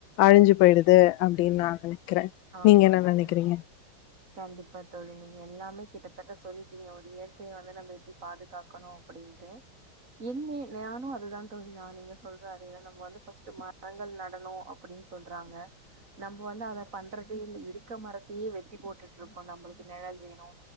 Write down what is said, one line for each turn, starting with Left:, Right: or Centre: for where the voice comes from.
Left: அழி்ஞ்சு போயி்டுது அப்டின்னு நா நெனை க்கிறே
Right: ஆமா
Left: நீங்க என்ன
Right: தோழி
Left: நெனைக்கிறீங்க?
Right: கண்டிப்பா தோழி. நீங்க எல்லாமே கிட்டத்தட்ட சொல்லிட்டீங்க ஒரு இயற்கைய வந்து நம்ம எப்டி பாதுகாக்கணு அப்பிடின்ட்டு. என்ன நானு அதுதா தோழி நானுமே சொல்றே அதுதா நம்ம வந்து ஃபஸ்ட்டு மரங்கள் நடணு அப்படின்னு சொல்றாங்க. நம்ப வந்து அத பண்றதே இல்ல இருக்க மரத்தையே வெட் டி போட்டுட்ருக்கோ நம்பளுக்கு நெழல் வேணு